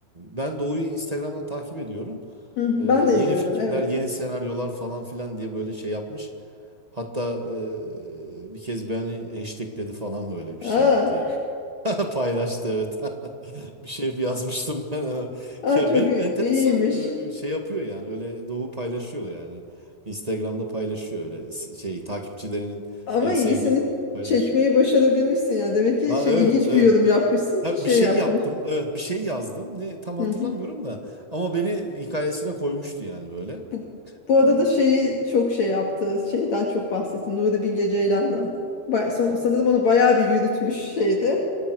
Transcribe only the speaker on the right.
Ben Doğu'yu Instagram'dan takip ediyorum.
Ee, yeni
fikirler,
yeni senaryolar falan filan diye böyle şey yapmış. Hatta e, bir kez beni hashtagledi falan böyle bir şey
yaptı yani. <laughs> Paylaştı evet. <laughs> Bir şey yazmıştım ben. <laughs>
Ya
benim
enteresan
e, şey yapıyor yani öyle Doğu paylaşıyor yani. Instagram'da paylaşıyor öyle s- şey takipçilerinin
e,
sevdiği şeyleri paylaşıyor.
Aa
evet
evet.
Ya
bir şey
yaptım. Evet bir şey yazdım. Ne tam hatırlamıyorum
da ama beni hikayesine koymuştu yani böyle.
E,